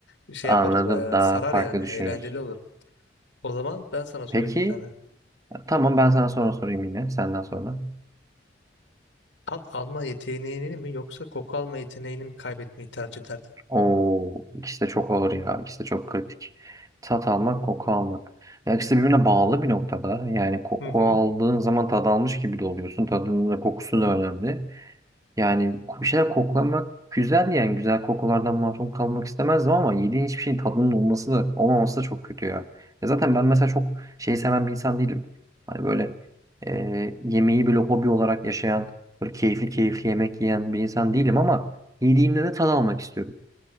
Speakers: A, on the left; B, on the right.
A: bir şey
B: Anladım.
A: yaparız bayağı
B: Daha
A: sarar
B: farklı
A: yani
B: düşünüyorsun.
A: eğlenceli olur. O zaman ben sana sorayım
B: Peki.
A: bir tane.
B: Tamam ben sana sonra sorayım yine. Senden sonra.
A: Tat alma yeteneğini mi yoksa koku alma yeteneğini mi kaybetmeyi tercih ederdin?
B: Oo, ikisi de çok ağır ya. İkisi de çok kritik. Tat almak, koku almak. Ya ikisi de birbirine bağlı bir noktada. Yani koku
A: Hı hı.
B: aldığın zaman tad almış gibi de oluyorsun. Tadının da kokusu da önemli. Yani bir şeyler koklamak güzel yani güzel kokulardan mahrum kalmak istemezdim ama yediğin hiçbir şeyin tadının olması da olmaması da çok kötü ya. Ya zaten ben mesela çok şey seven bir insan değilim. Hani böyle e, yemeği böyle hobi olarak yaşayan, böyle keyifli keyifli yemek yiyen bir insan değilim ama yediğimde de tad almak istiyorum.